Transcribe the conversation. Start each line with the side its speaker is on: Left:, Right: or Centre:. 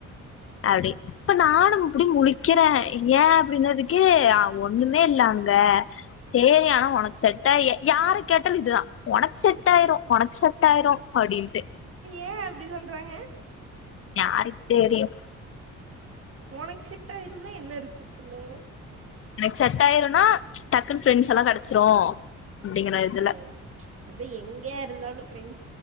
Left: அப்டி இப்ப நானு அப்டி முளிக்கிறே ஏ அப்டின்றதுக்கு ஒண்ணுமே இல்ல அங்க சேரி ஆனா உனக்கு செட் ஆ யாரு கேட்டால இதுதான் உனக் சேட் ஆயிரும் உனக் சேட் ஆயிரும் அப்டின்ட்டு
Right: ஏ அப்டி சொல்றாங்க
Left: யாருக்கு தெரியு
Right: உனக்கு செட் ஆயிரும்னா என்ன அர்த்ததுல
Left: எனக்கு செட் ஆயிரும்ன்னா டக்குனு ஃப்ரண்ட்ஸ் எல்லா கெடச்சிரு அப்டிங்கிற இதுல
Right: ஓ அதா எங்க இருந்தாலு ஃப்ரண்ட்